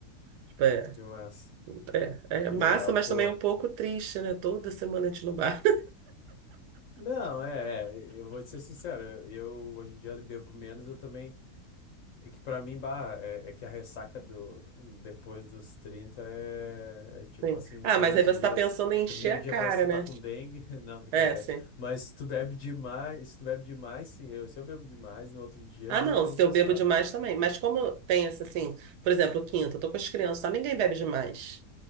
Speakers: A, on the right; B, on the left.
A: Tipo, É,
B: Que massa.
A: é, é
B: Que
A: massa,
B: legal,
A: mas
B: pô.
A: também é um pouco triste, né? Toda semana a gente no bar.
B: Não, é, é, eu vou te ser sincero, eu, eu hoje em dia bebo menos, eu também É que pra mim, bah, é, é que a ressaca do, depois dos 30 é,
A: <laughs>
B: é tipo
A: Sim.
B: assim,
A: Ah,
B: três
A: mas aí você
B: dias.
A: tá pensando em encher
B: Primeiro
A: a
B: dia
A: cara,
B: parece que
A: né?
B: tu tá com dengue. <laughs> Não, brincadeira.
A: É, sim.
B: Mas se tu bebe demais, se tu bebe demais, sim, eu, se eu bebo demais, no outro dia
A: Ah,
B: já
A: não,
B: tô
A: se
B: emprestado.
A: eu bebo demais também. Mas como tem esse, assim, por exemplo, quinta, eu tô com as crianças, tá? Ninguém bebe demais.